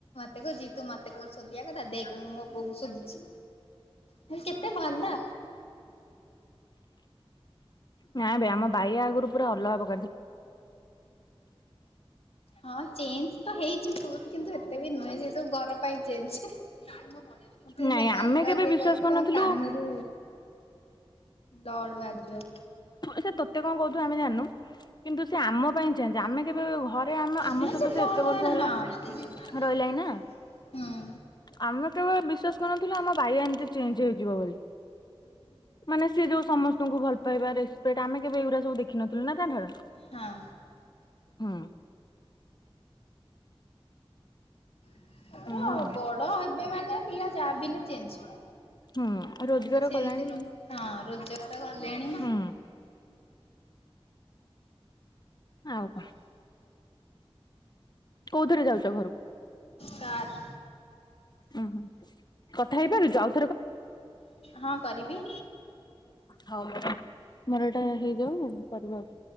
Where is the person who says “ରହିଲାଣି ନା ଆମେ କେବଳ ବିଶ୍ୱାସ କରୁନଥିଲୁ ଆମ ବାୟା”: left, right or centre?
Left